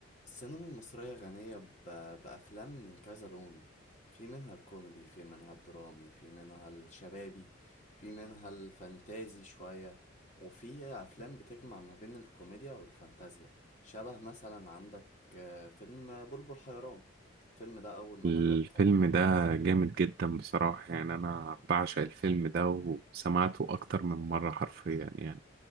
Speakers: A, on the left; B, on the right.
A: السينما المصرية غنية ب- بأفلام من كذا لون في منها الكوميدي في منها الدرامي في منها الشبابي في منها الفانتازي شوية وفي أفلام بتجمع ما بين الكوميديا والفانتازيا شبه مثلا عندك آه، فيلم بلبل حيران الفيلم ده أول ما
B: الفيلم
A: نزل كان
B: ده جامد جدا بصراحة يعني أنا بعشق الفيلم ده وسمعته أكتر من مرة حرفيا يعني